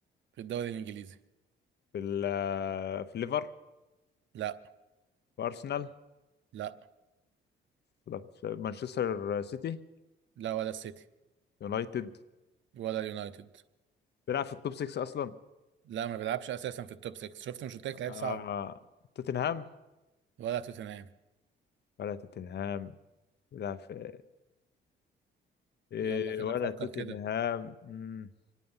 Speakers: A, on the right; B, on the left.
A: في الدوري الانجليزي
B: في ال- آه، في ليفر
A: لا
B: في ارسنال
A: لا
B: ولا في مانشستر سيتي
A: لا ولا السيتي
B: يونايتد
A: ولا اليونايتد
B: بيلعب في التوب 6 اصلا
A: لا ما بيلعبش اساسا في التوب 6 شفت مش قلت لك
B: آه
A: لعيب صعب
B: توتنهام
A: ولا توتنهام
B: ولا توتنهام بيلعب في إيه
A: يلا كده
B: ولا
A: فكر
B: توتنهام
A: كده
B: مم.